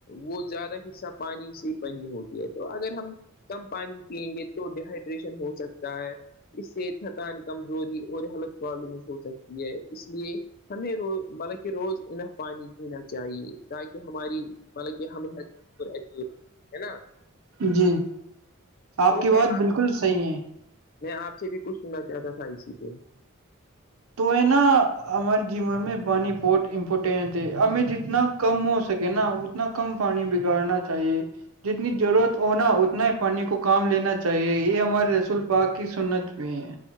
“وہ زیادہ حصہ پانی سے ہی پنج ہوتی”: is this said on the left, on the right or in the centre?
Left